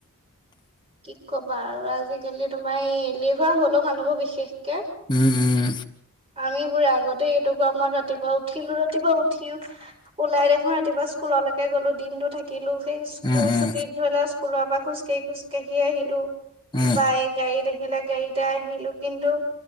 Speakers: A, on the right; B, on the left.
A: কি কবা আৰু আজিকালি তোমাৰ এইলেহুৱা হলও মানুহবোৰ বিশেষকে।
B: উম উম
A: আমি বোৰে আগতে এইটো গমত ৰাতিপুৱা উঠিলো ৰাতিপুৱা উঠিও ওলাই দেখো ৰাতিপুৱা স্কুলত সেনেকে গলো দিনটো থাকিলো সেই স্কুল
B: উম, উম,
A: ছুটিত ধৰি লও স্কুলৰ পৰা খোজ কাঢ়ি খোজ কাঢ়ি আহিলো
B: উম,
A: বাই গাড়ীত আহিলে গাড়ীতে আহিলো কিন্তু